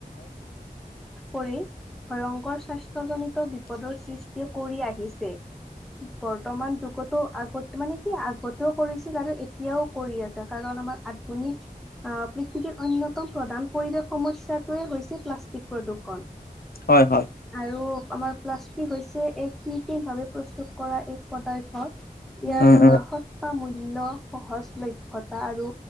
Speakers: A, in the centre; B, on the left (about 80°).
A: কৰি ভয়ংকৰ স্বাস্থ্যজনিত বিপদৰ সৃষ্টি কৰি আহিছে বৰ্তমান যুগতো আগত মানে আগতেও কৰিছিল আৰু এতিয়াও কৰি আছে কাৰণ আমাৰ আধুনিক আহ পৃথিৱীৰ অনয় অন্যতম প্ৰধান পৰিৱেশ সমস্যাটোৱে হৈছে প্লাষ্টিক প্ৰদূষণ
B: হয় হয়
A: আৰু আমাৰ প্লাষ্টিক হৈছে এক কীৰ্তেইন ভাৱে প্ৰস্তুত কৰা এক পদাৰ্থ ইয়াৰ
B: উম উম
A: সস্তা মূল্য সহজ লভ্যতা আৰু